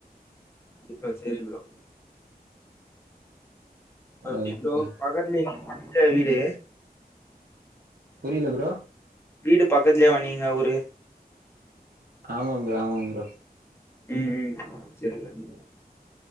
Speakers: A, on the left (about 15°); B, on the right (about 80°).
A: ப்ப சேரி ப்ரோ பப்ஜி
B: ஓகே.
A: ப்ரோ பக்கத்துலே <unintelligible> எங்க வீடு
B: புரில ப்ரோ
A: வீடு பக்கத்துலே வா நீங்க அவுரு
B: ஆமா ப்ரோ ஆமா ப்ரோ
A: ம் ம் சேரி ப்ரோ